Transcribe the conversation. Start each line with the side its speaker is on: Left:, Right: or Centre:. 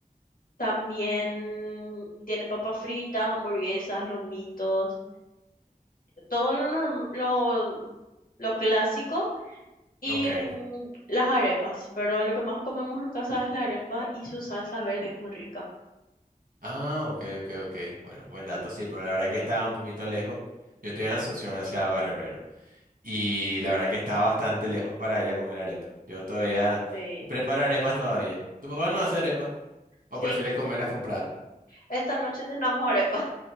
Left: También tiene papas fritas, hamburguesas, lomitos, todo lo, norm- lo, lo clásico Y
Right: ok.
Left: mm, las arepas, pero lo que más comemos en casa es la arepa y su salsa verde es muy rica.
Right: Ah, ok, ok, ok. Bueno, buen dato, sí, pero la verdad que estaba un poquito lejos. Yo estoy en Asunción hacia Barrio Obrero y la verdad que estaba bastante lejos para ir a comer arepas. Yo todavía
Left: Sí,
Right: preparo arepas todavía. ¿Tu papá no hace arepas o
Left: sí,
Right: prefiere comerlas compradas?
Left: esta noche cenamos arepa.